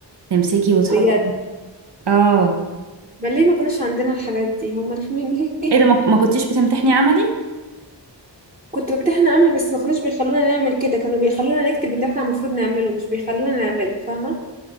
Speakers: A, on the right; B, on the right.
A: تمسكي وتحطي
B: بجد
A: اه
B: ما ليه ما كانش عندنا الحاجات دي هم رخمين ليه
A: ايه ده ما
B: <laughs>
A: ما كنتيش بتمتحني عملي
B: كنت بمتحن عملي بس ما كانوش بيخلونا نعمل كده كانوا بيخلونا نكتب اللي احنا المفروض نعمله مش بيخلونا نعمله فاهمه